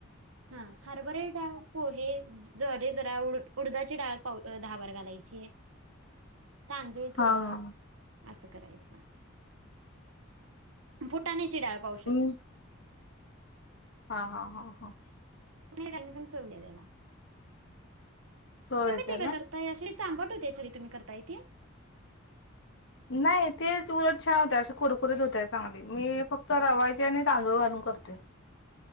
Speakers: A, on the right (about 75°); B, on the left (about 65°).
A: हा हरबरेल डाळ पोहे ज्वारी जरा उड उडदाची डाळ पाव दहा बार घालायची आहे. तांदूळ
B: हा
A: थोडं.
B: हा
A: असं करायचं फुटानेचि डाळ पाव
B: हम् हा हा हा हा
A: <unintelligible> <unintelligible>
B: सो येते का
A: <unintelligible>
B: नाही ते उलट छान होत अ असे कुरकुरीत होतय चांगली मी फक्त रवायचे आणि तांदूळ घालून करते.